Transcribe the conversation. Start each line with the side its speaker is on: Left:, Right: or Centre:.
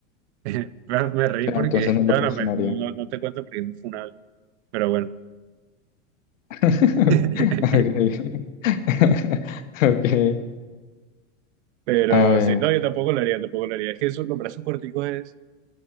Right: <laughs> Bueno, me reí
Left: sea,
Right: porque,
Left: entonces no lo
Right: bueno,
Left: presionaría.
Right: me- no, no te cuento porque es muy funable, pero bueno.
Left: <laughs>
Right: <laughs>
Left: Ok. <laughs> Ok.
Right: Pero
Left: A ver,
Right: sí, no, yo tampoco lo haría, tampoco lo haría. Es que eso, los brazos corticos es,